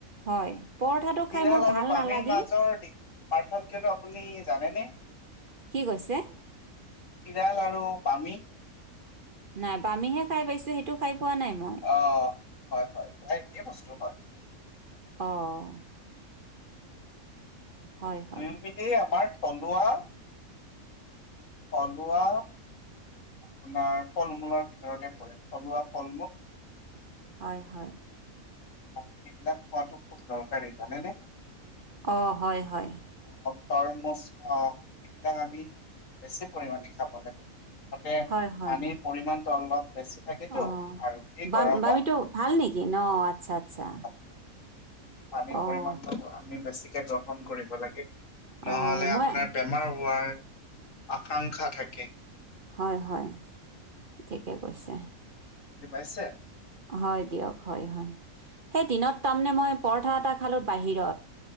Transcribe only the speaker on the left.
চিৰাল
আৰু
বামীৰ
মাজৰ পাৰ্থক্যটো আপুনি জানেনে?
চিৰাল আৰু বামী?
অ হয় হয় প্ৰায় একে বস্তু হয়।
দুয়োবিধেই আমাৰ থলুৱা থলুৱা আপোনাৰ ফল-মূলৰ ভিতৰতে পৰে থলুৱা ফল-মূল।
আৰু সেইবিলাক খোৱাতো খুব দৰকাৰী জানেনে?
তৰমুচ, এইবিলাক আমি বেছি পৰিমাণে খাব লাগে। তাতে
পানীৰ পৰিমাণটো অলপ বেছি থাকেতো
আৰু এই
গৰমত,
ভ পানীৰ
পৰিমণটো আমি বেছিকে গ্ৰহণ কৰিব লাগে,
নহলে
আপোনাৰ বেমাৰ হোৱাৰ আকাংক্ষা থাকে।
যি পাইছে?